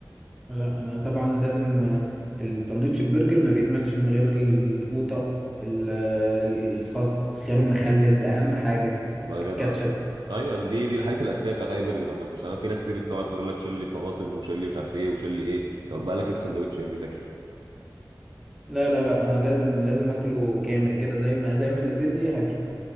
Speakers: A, in the centre; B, on the right (about 80°).
A: لا انا طبعا لازم آه، الساندوتش البرجر ما بيكملش من غير ال- القوطه ال- آه، الخس الخيار المخلل ده اهم حاجه
B: لا يا جدع
A: الكاتشب
B: عسل. ايوه دي دي الحاجات الاساسيه بتاعت اي برجر عامه عشان أنا في ناس كتير بتقعد تقول لك شيل لي الطماطم وشيل لي مش عارف ايه وشيل لي ايه طب بقى لك ايه في الساندوتش يا ابني تاكله
A: لا لا لا انا لازم لازم اكله كامل كده زي ما زي ما نازل لي هاكله